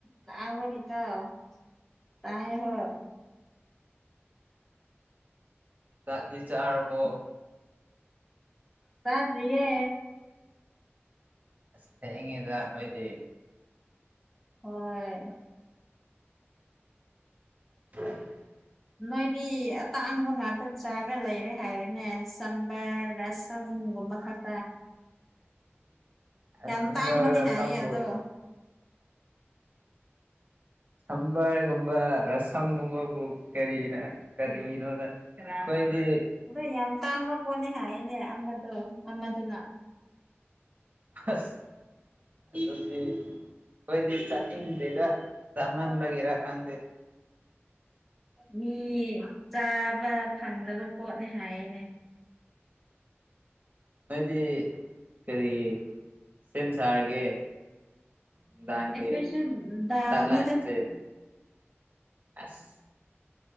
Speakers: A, in the centre; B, on the right.
A: ꯇꯥꯕ꯭ꯔꯣ ꯏꯇꯥꯎ ꯇꯥꯏꯌꯦ
B: ꯆꯥꯛꯇꯤ ꯆꯥꯔꯕꯣ
A: ꯆꯥꯗ꯭ꯔꯤꯌꯦ
B: ꯑꯁ ꯊꯦꯡꯉꯦꯗ ꯅꯣꯏꯗꯤ
A: ꯍꯣꯏ
B: <inaudible>
A: ꯅꯣꯏꯗꯤ ꯑꯇꯥꯡꯕ ꯉꯥꯛꯇ ꯆꯥꯔ ꯂꯩꯔꯦ ꯍꯥꯏꯔꯦꯅꯦ ꯁꯝꯕꯔ ꯔꯁꯝꯒꯨꯝꯕ ꯈꯛ
B: ꯑꯁ
A: ꯌꯥꯝ
B: ꯁꯝꯕꯔ
A: ꯇꯥꯡꯕꯅꯦ
B: ꯔꯁꯝꯕꯨ
A: ꯍꯥꯏꯌꯦ ꯑꯗꯣ
B: ꯁꯝꯕꯔꯒꯨꯝꯕ ꯔꯁꯝꯒꯨꯝꯕꯕꯨ ꯀꯔꯤꯅ ꯀꯔꯤꯅꯣꯗ ꯈꯣꯏꯗꯤ
A: ꯑꯗꯨ ꯌꯥꯝ ꯇꯥꯡꯕ ꯄꯣꯠꯅꯦ ꯍꯥꯏꯌꯦꯅꯦ ꯑꯃꯗꯣ ꯑꯃꯗꯨꯅ
B: ꯑꯁ ꯑꯗꯨꯗꯤ ꯈꯣꯏꯗꯤ ꯆꯥ ꯅꯤꯡꯗ꯭ꯔꯦꯗ ꯆꯥꯃꯟꯕꯒꯤꯔꯥ ꯈꯪꯗꯦ
A: ꯃꯤ ꯆꯥꯕ ꯐꯪꯗꯕ ꯄꯣꯠꯅꯦ ꯍꯥꯏꯌꯦꯅꯦ
B: ꯅꯣꯏꯗꯤ ꯀꯔꯤ ꯁꯦꯝ ꯁꯥꯔꯒꯦ ꯅꯨꯡꯗꯥꯡꯒꯤ
A: ꯑꯩꯈꯣꯏꯁꯨ ꯗꯥꯎꯅꯤꯗ
B: ꯆꯥꯛꯂꯥꯟꯁꯦ ꯑꯁ